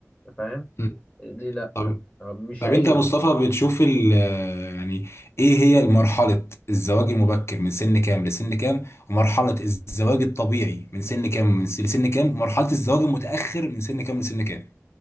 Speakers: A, on the left; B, on the left.
A: انت فاهم
B: أمم.
A: ليه لأ؟
B: طب
A: آه، مش
B: طب
A: عيب
B: انت يا مصطفى بتشوف ال يعني ايه هي مرحلة الزواج المبكر من سن كام لسن كام ومرحلة الزواج الطبيعي من سن كام من س- لسن كام ومرحلة الزواج المتأخر من سن كام لسن كام